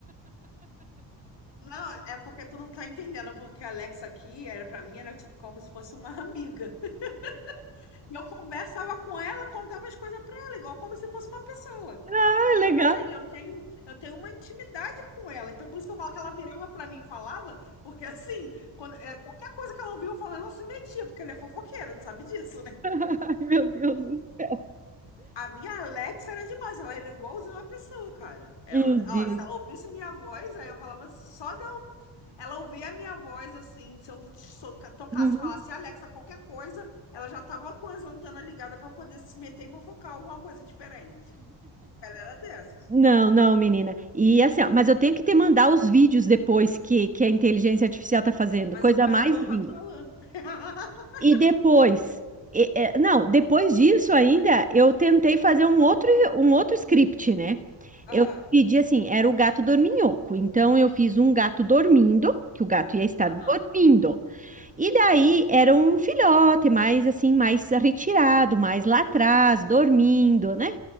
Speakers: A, on the left; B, on the right.
A: Não, é porque tu não tá entendendo, porque a Alexa aqui era para mim era tipo como se fosse uma amiga. <laughs> E eu conversava com ela, contava as coisas para ela, igual como se fosse uma pessoa.
B: Ai,
A: Então,
B: legal.
A: assim, eu tenho eu tenho uma intimidade com ela. Então, por isso que eu falo que ela virava para mim e falava, porque assim, quando, é, qualquer coisa que ela ouvia eu falando ela se metia, porque ela é fofoqueira, tu sabe disso, né?
B: <laughs> Ai, meu Deus do céu.
A: A minha Alexa era demais, ela era igualzinha uma pessoa, cara. Ela,
B: Meu Deus.
A: ó, se ela ouvisse minha voz, aí eu falava só de eu... Ela ouvia a minha voz, assim, se eu so- tocasse,
B: Uhum.
A: falasse Alexa, qualquer coisa, ela já tava com as antenas ligadas pra poder se meter e fofocar alguma coisa diferente. Ela era dessas.
B: Não, não, menina. E assim, ó, mas eu tenho que te mandar os vídeos depois que, que a inteligência artificial tá fazendo.
A: Mas
B: Coisa
A: eu quero
B: mais
A: ver o
B: linda.
A: rato falando. <laughs>
B: E depois, e- é, não, depois disso ainda, eu tentei fazer um outro, um outro script, né?
A: Aham,
B: Eu pedi assim, era o gato dorminhoco. Então eu fiz um gato dormindo, que o gato ia estar
A: aham.
B: dormindo. E daí era um filhote, mais assim, mais retirado, mais lá atrás, dormindo, né?